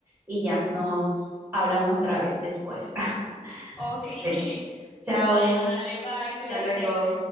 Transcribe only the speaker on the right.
y ya, nos hablamos otra vez después. <laughs>
Dale. Chao,
hasta luego.